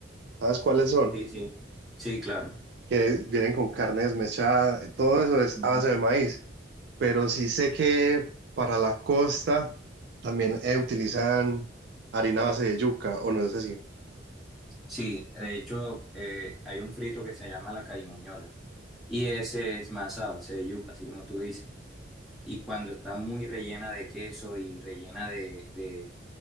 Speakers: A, on the right; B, in the centre.
A: ¿sabes cuáles son?
B: Sí, sí. Sí, claro.
A: Que vienen con carne desmechada, todo eso es
B: Ujú.
A: a base de maíz, pero sí sé que para la costa también eh, utilizan harina a base de yuca, o no es así.
B: Sí, de hecho, eh, hay un frito que se llama la carimañola. Y ese es masado, ese de yuca, así como tú dices. Y cuando está muy rellena de queso y rellena de, de,